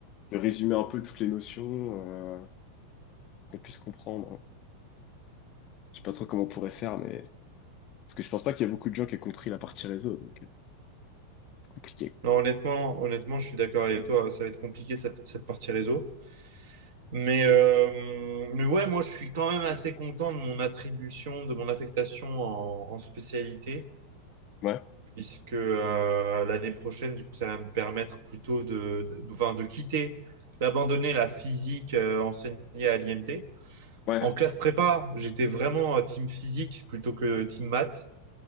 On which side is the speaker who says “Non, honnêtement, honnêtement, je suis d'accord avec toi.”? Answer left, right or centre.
Right